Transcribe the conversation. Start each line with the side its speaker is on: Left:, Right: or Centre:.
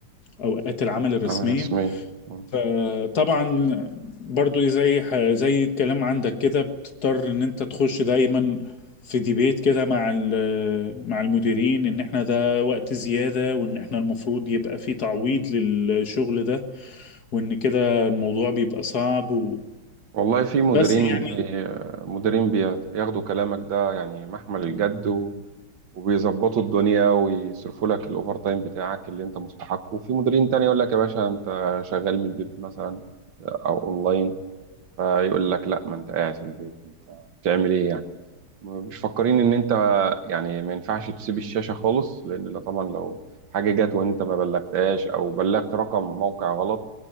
Left: اوقات العمل الرسمية
Right: عامل رسمية مم.
Left: فطبعا برضو إيه، زي ح- زي الكلام عندك كده بتضطر ان انت تخش دايما في ديبيت كده مع ال- مع المديرين ان احنا ده وقت زيادة وان احنا المفروض يبقى في تعويض للشغل ده وان كده الموضوع بيبقى صعب و...
Right: والله في مديرين
Left: بس يعني
Right: بي... مديرين بياخدوا كلامك ده يعني محمل الجد وبيظبطوا الدنيا ويصرفوا لك الاوفر تايم بتاعك اللي انت مستحقه وفي مديرين تاني يقول لك يا باشا انت شغال من البيت مثلا آه، او اونلاين فيقول لك لا ما انت قاعد في البيت انت بتعمل ايه يعني مش فاكرين ان انت يعني ما ينفعش تسيب الشاشة خالص لان لو- طبعا لو حاجة جت وانت ما بلغتهاش او بلغت رقم موقع غلط